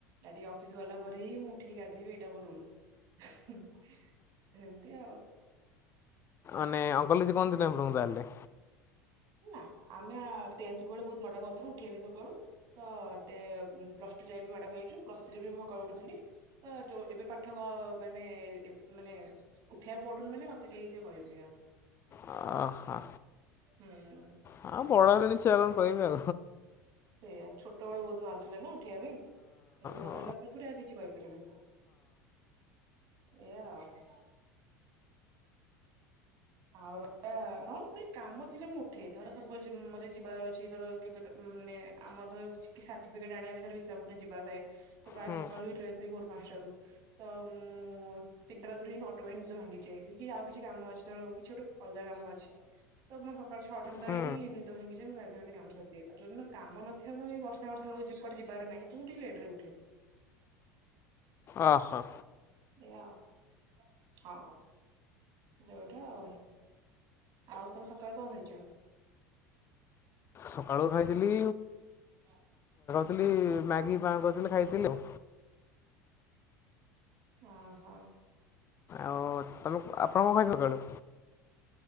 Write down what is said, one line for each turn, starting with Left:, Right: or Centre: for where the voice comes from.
Right: ଡାଡି ଅଫିସ ଗଲା ପରେ ହିଁ ମୁଁ ଉଠିକି ଗାଧେଇବି ଏଇଟା ମୋର ରୁଲ ହୁ ସେମତି ଆଉ
Left: ଆନେ ଅଙ୍କଲ କିଛି କହନ୍ତିନି ଆପଣଙ୍କୁ ତାହେଲେ
Right: ନା ଆମେ ଟେନ୍ଥ ବେଲୁ ବହୁତ ମାଡ଼ ଖାଉଥିଲୁ ଉଠିବା ବି ସକାଳୁ ତ ଟେ ଉ ପ୍ଲସ ଟୁ ଯାଏ ବି ବାଡ ଖାଇଚୁ ପ୍ଲସ ଥ୍ରି ରେ ବି ମୁଁ ସକାଳେ ଉଠୁଥିଲି ତ ଯୋଉ ଏବେ ପାଠ କ ମାନେ ମାନେ ମେସେ ଉଠିବାକୁ ପଡୁନି ମାନେ ମତେ କେହି ଯ କହିବେ ଆଉ
Left: ଅ ହ
Right: ହୁଁ
Left: ହ ବଡ଼ଣି ଚ କହିବ
Right: ସେଇଆ ଛୋଟବେଳୁ ବହୁତ ମାରୁଥିଲେ ନା ଉଠିବା ପାଇଁ ଏବେ ବଡହେଲା
Left: ହଁ
Right: ପ ଥୁ କିଛି କହିପାରିବେ ଏୟା ଆଉ ଆଉ ର ନହେଲେ କାମ ଥିଲେ ମୁଁ ଉଠେ ଧର ସବୁ ଏ ଯୋମତେ ଯିବାର ଅଛି ଧର କେବେ କେ ମାନେ ଆମର ଧ ଛି କି ସାର୍ଟିଫିକେଟ ଆଣିବା ପାଇଁ ଧର ବିଶାଖା ପାଟଣା ଯିବାର ଥାଏ ତ ପ୍ରାୟ
Left: ହୁଁ
Right: ସକାଳୁ ବି ଟ୍ରେନ୍ ଥାଏ ଭୋର୍ ପାଞ୍ଚଟା ରୁ ତ ମୁଁ ତିନିଟା ଧରି ଅଟୋମେଦ ଭାଙ୍ଗିଚେ କି ଆଉ କିଛି କାମ ଅଛି। ଧର କିଛି ଗୋଟୁ ଅଲଗା କାମ ଅଛି। ତ ମୋର ସକାଳେ ଛଅଟ ସୁଧାହିଁଇ
Left: ହୁଁ
Right: ନିଦ ଭାଙ୍ଗିଯାଏ ମୁଁ ଗାଧି ପାଧେଇ କାମ ସାରିଦିଏ ଆଉ ଯୋଉ ଦିନକାମ ନଥିବ କ କେହିବର୍ଷା ବର୍ଷା କଟେ ଯିବାର ନାାଇଁ ତମ ଟିକେ ଲେଟ ରେ ଉଠେ
Left: ଓ ହୋ
Right: ଏଇଆଉ ହଁ ଯୋଉଠୁ ଆଉ ଆଉ ତମେ ସକାଳୁ କଣ ଖାଇଛ
Left: ସକାଳୁ ଖାଇଥିଲି
Right: ହଁ
Left: ଥିଲ ମଗି ପା କର ଖାଇଥିଲି ଆଉ
Right: ହ ହୋ
Left: ଆଉ ତମେ ଆପଣଙ୍କଣ କ ସକାଳୁ